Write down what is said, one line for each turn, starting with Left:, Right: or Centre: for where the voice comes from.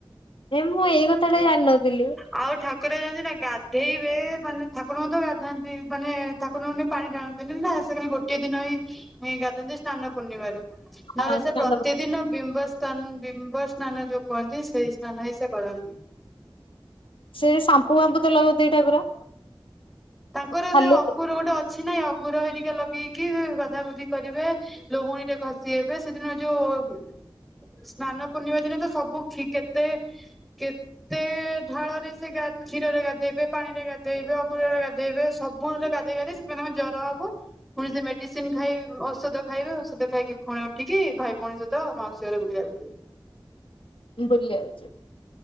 Left: ଏ ମୁଁ, ଏଇ କଥା ଟା ଜାଣିନଥିଲି।
Centre: ଆଉ ଠାକୁର ଜାଣିଚୁ ନା, ଗାଧେଇବେ, ମାନେ ଠାକୁରଙ୍କୁ ତ ଗାଧାନ୍ତି, ମାନେ ଠାକୁରଙ୍କ ଠି ପାଣି ଢାଳନ୍ତିନି ନା, ସେ ଖାଲି ଗୋଟିଏ ଦିନ ହିଁ ଗାଧାନ୍ତି, ସ୍ନାନ ପୂର୍ଣ୍ଣମାରେ। ନହେଲେ
Left: ହଁ
Centre: ସେ
Left: ସ୍ନାନ
Centre: ପ୍ରତିଦିନ ବିମ୍ବସ୍ ତନ୍, ବିମ୍ବ ସ୍ନାନ ଯୋଉ କୁହନ୍ତି, ସେଇ ସ୍ନାନ ହିଁ ସେ କରନ୍ତି।
Left: ସେଇ ସାମ୍ପୁ ଫାମ୍ପୁ ତ ଲଗଉ ଥିବେ ଠାକୁର?
Centre: ତାଙ୍କର
Left: ଖାଲି
Centre: ସେ ଅଗୁର ଗୋଟେ ଅଛି ନାଇ, ଅଗୁର ହେରିକା ଲଗେଇକି ଗାଧା ଗୁଧି କରିବେ। ଲହୁଣୀରେ ଘଷି ହେବେ, ସେଦିନ ଯୋଉ ଉ ସ୍ନାନ ପୂର୍ଣ୍ଣିମା ଦିନ ତ ସବୁ କେତେ କେତେ ଢାଳ ରେ ସେ ଗା, କ୍ଷୀରରେ ଗାଧେଇବେ, ପାଣି ରେ ଗାଧେଇବେ, ଅ ସବୁରେ ଗାଧେଇବେ, ସବୁରେ ଗାଧେଇ ଗାଧେଇ ସେଥିପାଇ ତାଙ୍କୁ ଜ୍ୱର ହବ। ପୁଣିସେ ମେଡିସିନ ଖାଇବେ ଔଷଧ ଖାଇବେ, ଔଷଧ ଖାଇକି, ପୁଣି ଉଠିକି ଭାଇ ଭଉଣୀ ସହିତ ମାଉସୀ ଘରେ ବୁଲିବାକୁ ଯିବେ।
Left: ବୁଲି ଆଉଚି,